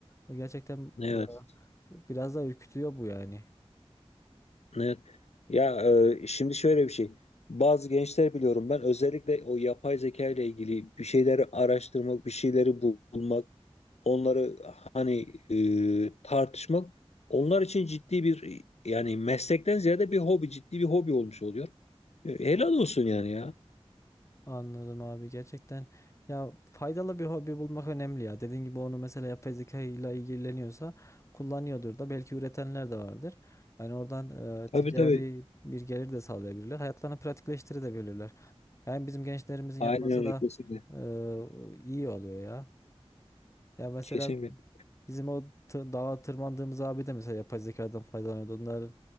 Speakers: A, on the left (about 25°); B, on the left (about 80°).
A: gerçekten
B: Evet,
A: e, biraz da ürkütüyor bu yani.
B: evet. Ya e, şimdi şöyle bir şey. Bazı gençler biliyorum ben özellikle o yapay zeka ile ilgili bir şeyleri araştırmak, bir şeyleri bulmak, onları hani e, tartışmak onlar için ciddi bir yani meslekten ziyade bir hobi, ciddi bir hobi olmuş oluyor. E, helal olsun yani ya.
A: Anladım abi gerçekten ya faydalı bir hobi bulmak önemli ya. Dediğin gibi onu mesela yapay zeka ile ilgileniyorsa kullanıyordur da belki üretenler de vardır. Yani oradan e,
B: Tabii
A: ticari
B: tabii.
A: bir gelir de sağlayabilirler. Hayatlarını pratikleştirebilirler. Yani bizim gençlerimizin
B: Aynen
A: yapması
B: öyle
A: da
B: kesinlikle.
A: e, iyi oluyor ya. Ya mesela
B: Kesinlikle.
A: bizim o tı- dağa tırmandığımız abi de mesela yapay zekadan faydalanıyordu. Onların